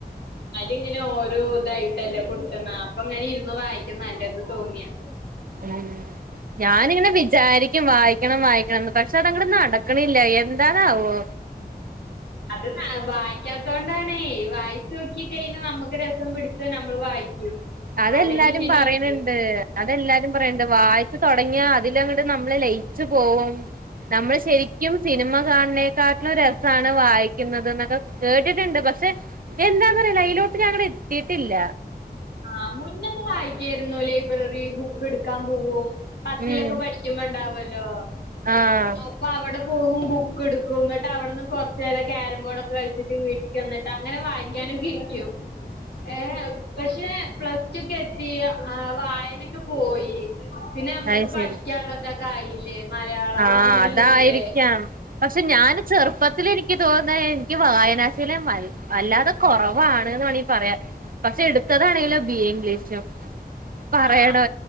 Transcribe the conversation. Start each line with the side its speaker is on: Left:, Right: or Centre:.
Left: അതില് ഇങ്ങനെ ഓരോ ഇതായിട്ടല്ലേ കൊടുത്തണ, അപ്പൊ ഇങ്ങന ഇരുന്ന് വായിക്കുന്ന നല്ലതാ തോന്നിയ
Right: ഉം ഞാനിങ്ങനെ വിചാരി എനിക്ക് വായിക്കണം വായിക്കണംന്ന് പക്ഷെ അതങ്ങട് നടക്കണില്ല എന്താണാവോ?
Left: അത് ഹെ വായിക്കാത്തോണ്ടാണേ വായിച്ചു നോക്കി കഴിഞ്ഞാ നമ്മുക്ക് രസം പിടിച്ച് നമ്മള് വായിക്കും
Right: അതെല്ലാരും
Left: അല്ലെങ്കി ഇങ്ങനെ
Right: പറയണണ്ട്
Left: ഇരിക്കും
Right: അതെല്ലാരും പറയണണ്ട് വായിച്ച് തുടങ്ങിയ അതിലങ്ങോട്ട് നമ്മള് ലയിച്ചു പോകുന്നു നമ്മള് ശരിക്കും സിനിമ കാണണേക്കാ <unintelligible> രസാണ് വായിക്കുന്നത് എന്നൊക്കെ കേട്ടിട്ടുണ്ട് പക്ഷെ. എന്താന്നാറില അയിലോട്ട് ഞങ്ങട്ടെ എത്തിയിട്ടില്ല
Left: ആ മുന്നൊക്കെ വായിക്കായിരുന്നു ലൈബ്രറി ബുക്ക് എടുക്കാൻ പോകും പത്തിലൊക്കെ
Right: ഉം
Left: പഠ കിബണ്ടാവല്ലോ
Right: ആഹ്
Left: അപ്പൊ അവിടെ പോകും ബുക്ക് എടുക്കും എന്നിട്ട് അവിടുന്ന് കൊറച്ച നേരം ക്ാരംോർഡൊക്കെ കളിച്ചിട്ട വീട്ട ന്നിട്ട് അങ്ങനെ വായിക്കാനൊക്കെ ഇരിക്കുവോ
Right: ഉ <unintelligible>
Left: ഏ പക്ഷെ പ്ലസ് ടു ഒക്കെ എത്തി ആ വായനൊക്കെ പോയി പിന്നെ നമ്മക്ക്
Right: അത് ശരി
Left: പഠിക്കാനുള്ളതൊക്കെ ആയില്ലേ മലയാളം
Right: ആഹ്
Left: അങ്ങനെയൊന്നുംല്ലേ
Right: അതായിരിക്കാം പക്ഷെ ഞാാന് ചെറുപ്പത്തിൽ എനിക്ക് തോന്ന എനിക്ക് വായനാശയിലെ മല വല്ലാതെ കുറവാണ്ന്ന് വേണെ പറയാ പക്ഷെ എടുത്തതാണെങ്കലോ ബി എ ഇംഗ്ലീഷ് പറയണോ
Left: ആഹ്